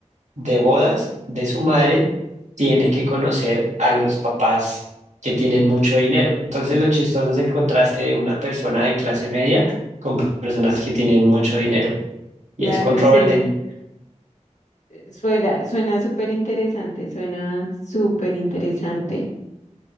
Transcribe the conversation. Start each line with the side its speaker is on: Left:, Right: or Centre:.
Right: de bodas de su madre, tiene que conocer a los papás que tienen mucho dinero. Entonces lo chistoso es el contraste de una persona de clase media con personas que tienen mucho dinero y
Left: Claro,
Right: es con Robert
Left: sí,
Right: De Niro.
Left: suena, suena súper interesante, suena súper interesante.